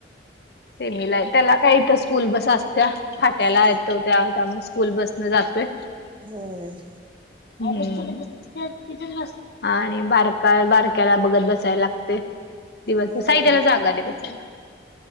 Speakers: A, on the left (about 65°); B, on the right (about 30°).
A: सेमीलाय, त्याला काय इथं स्कूल बस असत्या फाट्याला
B: हो.
A: <unintelligible> त्या त्यामुळ स्कु स्कूल बसन जातोय.
B: होय.
A: हम्म <unintelligible> तिथंच बस, आणि बारकाय बारक्याला बघत बसाय लागतय. दिवस,
B: होय
A: साई त्याला जागा दे बसायला.